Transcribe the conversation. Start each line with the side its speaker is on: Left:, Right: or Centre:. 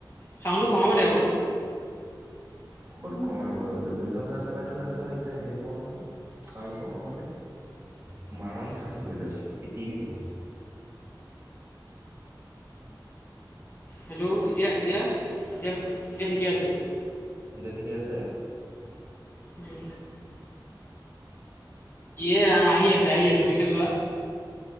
Left: ছাউণ্ডটো কমাব দে অকণ।
Right: ক'ত কমাব আৰু! জুবিনৰ গান লগাই থোৱা আছে আৰু এতিয়া হেৰি কমাবনে চাউণ্ড কমাবনে। মাৰণ খাম ধৰি লৈ পিটি দিব।
Left: হেল্ল' এতিয়া এতিয়া এতিয়া এতিয়া ঠিকে আছে।
Right: এতিয়া ঠিকে আছে?
Left: উম। ইয়ে ৰাম আহি আছে আহি আছে বৈচনে লৰা।